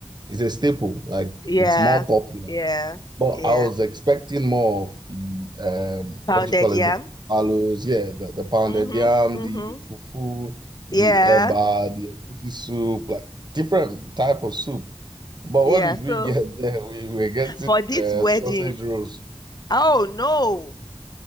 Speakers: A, on the right; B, on the left.
A: It's a staple. Like
B: Yeah,
A: it's more popular.
B: yeah,
A: But
B: yeah.
A: I was expecting more of the um
B: Pounded
A: what do you call
B: yam.
A: it? The palos, yeah, the, the pounded
B: Mm-hmm,
A: yam,
B: mm-hmm.
A: the fufu, the
B: Yeah,
A: eba, the egusi soup, like different type of soup. But
B: yeah.
A: what did we
B: So
A: get <laughs> there? We were getting
B: for this
A: uh,
B: wedding,
A: sausage rolls.
B: oh no,